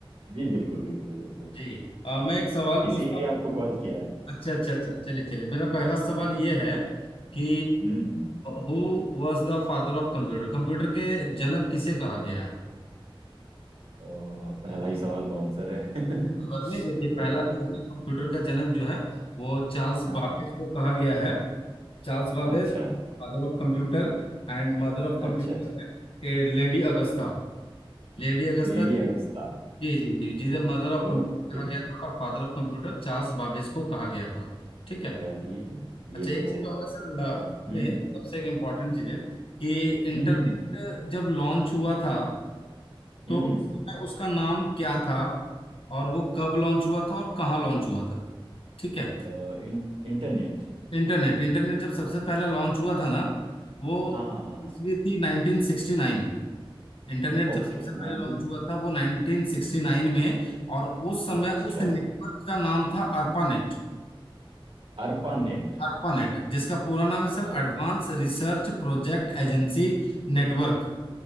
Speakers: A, on the right; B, on the left.
A: जी बिल्कुल बिल्कुल बिल्कुल
B: जी अ, मैं एक सवाल
A: इसीलिए
B: पूछता
A: आपको
B: हूँ
A: कॉल किया है
B: अच्छा अच्छा अच्छा चलिए चलिए मेरा पहला
A: जी।
B: सवाल ये है कि
A: हम्म
B: who was the father of computer Computer के जनक किसे कहा गया है
A: तो पहला ही सवाल बाउंसर है <laughs> तो
B: कोई बात नहीं देखिए पहला जो है ना कंप्यूटर का जनक जो है वो चार्ल्स
A: हाँ
B: बाबेज को कहा गया है Charles Babbage
A: अच्छा
B: father of computer and mother of computer
A: अच्छा अच्छा
B: है ए, लेडी अगस्ता Lady Augusta
A: Lady Augusta
B: जी जी जी जी द मदर ऑफ कंप्यूटर
A: ओके
B: कहा गया था और father of computer Charles Babbage को कहा गया था ठीक है
A: चलिए
B: अच्छा
A: ये
B: एक
A: तो
B: चीज और है सर
A: थोड़ा
B: अ,
A: हम्म
B: में सबसे एक इम्पॉर्टेंट चीज है कि इंटरनेट
A: हम्म हम्म
B: जब लॉन्च हुआ था तो
A: हम्म
B: उस
A: हम्म,
B: समय उसका नाम क्या था और वो कब लॉन्च हुआ था और कहाँ लॉन्च हुआ था ठीक है
A: अ, इं, इंटरनेट
B: इंटरनेट इंटरनेट जब सबसे पहला लॉन्च हुआ था ना वो
A: हाँ हाँ हाँ हाँ
B: इसलिए थी 1969 इंटरनेट जब
A: Okay
B: सबसे पहले
A: nineteen
B: लॉन्च हुआ था वो 1969 में और उस समय
A: अच्छा
B: उस नेटवर्क का नाम था अर्पानेट
A: अर्पा नेट
B: अर्पानेट जिसका पूरा नाम है sir
A: ओ
B: advance research project agency network